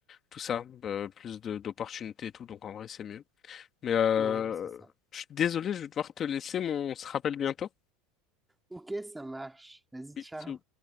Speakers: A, on the left (about 35°); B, in the centre.
A: tout ça, euh, plus de d'opportunités et tout, donc en vrai, c'est mieux. Mais euh,
B: ouais, non, c'est ça.
A: je suis désolé, je vais devoir te laisser, mais on se rappelle bientôt.
B: Ok, ça marche. Vas-y,
A: Oui,
B: ciao.